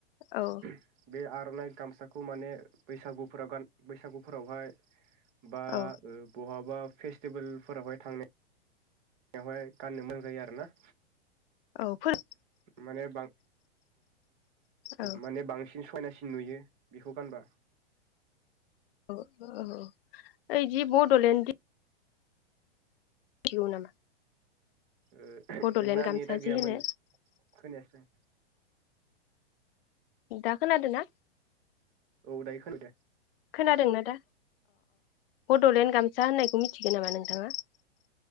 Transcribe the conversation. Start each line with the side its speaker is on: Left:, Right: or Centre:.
Left: औ
Right: <inaudible> बे आर'नाय गामसाखौ माने बैसागुफोराव बैसागुफोरावहाय बा
Left: औ
Right: ओ बहाबा फेस्टिभेलफोरावहाय थांनाय। बेवहाय गाननो मोजां जायो आरोना।
Left: औ फो
Right: माने बां
Left: औ
Right: माने बांसिन सयना सिन नुयो बेखौ गानबा।
Left: ओ ओ ओ‌ ए जि बडलेण्डनि <unintelligible> नामा।
Right: ओ <unintelligible>
Left: बड'लेण्ड
Right: नोंना
Left: गामसा
Right: नेटआ गैयामोन
Left: जि होनो
Right: खोनायाखै।
Left: दा खोनादोंना
Right: औ दायो खोनाबाय
Left: खोनादोंना दा? बड'लेण्ड गामसा होननायखौ मिथिगो नामा नोंथाङा?